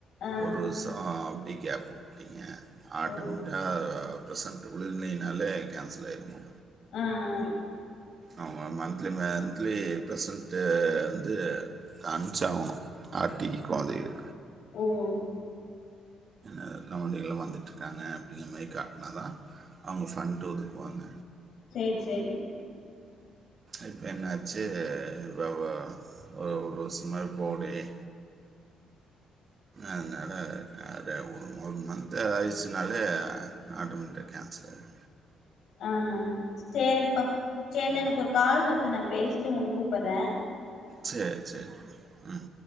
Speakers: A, on the left (about 75°); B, on the right (about 40°).
A: ஆ
B: ஒரு வர்ஷோ ப்டி கேப் விட்டீங்க ஆட்டு
A: ஓ
B: மிட்டா ப்சென்ட் வில்னாலே கேன்சல் ஆகிரு மா
A: ஆஹ்
B: அவங்க மந்திலி மன்த்லி பெர்சன்ட் வந்து அம்ஞ்சா ஆகணு ஆர்ட இ குழந்தைக்கு
A: ஓ ஓ
B: அ காமென்டி எல்லா வந்துட்டுருக்காங்க அப்டிங்க மெ காட்டினா தான் அவங்க ஃபன்ட்டு ஒதுக்குவாங்க
A: சேரி சேரிங்
B: இப்போ என்னாச்சு ஒ ஒ ஒரு வருஷமே போலயே அதனால அத அத ஒரு ஒரு மந்த் எதாது ஆயிடுச்சுனாலே ஆட்டோமேட்டிக கேன்சல் ஆயிடு
A: ஆஹ் சேரிப்பா சேர்ந்த எனக்கு ஒரு கால் வருது நா பேசிட்டு உங்களுக்கு கூப்பறே
B: சேரி சேரி உம்